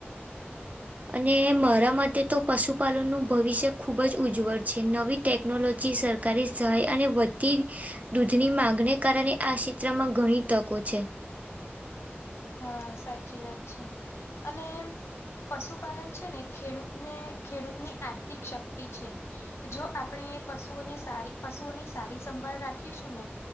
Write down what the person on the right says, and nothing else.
અને મારા માટે તો પશુપાલનનું ભવિષ્ય ખુબ જ ઉજ્જવળ છે નવી ટેકનોલોજી સર ધણી સહાય અને વધતી દૂધની માંગને કારણે આ ક્ષેત્રમાં ઘણી તકો છે.